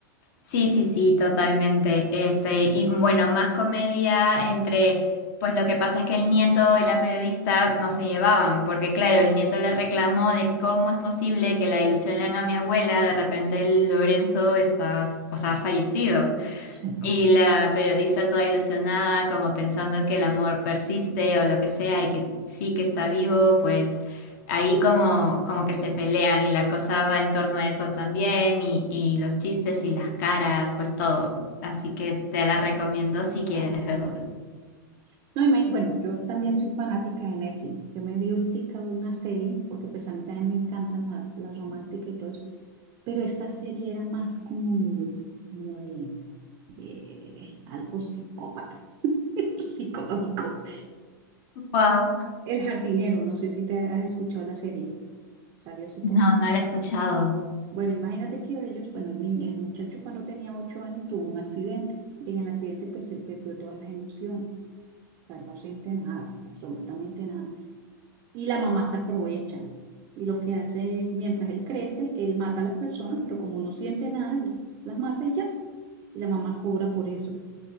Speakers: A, on the left; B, on the right.
A: Sí, sí, sí, totalmente. Este, y bueno, más comedia entre, pues lo que pasa es que el nieto y la periodista no se llevaban, porque claro, el nieto le reclamó de cómo es posible que la ilusionen a mi abuela, de repente el Lorenzo está, o sea, ha fallecido.
B: Sí.
A: Y la periodista toda ilusionada, como pensando que el amor persiste o lo que sea y que sí que está vivo, pues ahí como, como que se pelean y la cosa va en torno a eso también y, y los chistes y las caras, pues todo. Así que te la recomiendo si quieres
B: No, pues
A: verlo
B: mira. No, y me- bueno, yo también soy fanática de Netflix. Yo me vi ahorita una serie, porque pues a mí también me encantan las, las románticas y todo eso, pero esa serie era más como, como de, de algo psicópata, <laughs> psicológico.
A: Wow.
B: El jardinero, no sé si te has escuchado la serie, salió hace poquito.
A: No, no la he escuchado.
B: Bueno, imagínate que ellos, bueno, el niño, el muchacho cuando tenía ocho años tuvo un accidente. Y en el accidente, pues él perdió todas las emociones. O sea, no siente nada, absolutamente nada. Y la
A: Wow.
B: mamá se aprovecha. Y lo que hace, mientras él crece, él mata a las personas, pero como no siente nada, él las mata y ya. Y la mamá cobra por eso.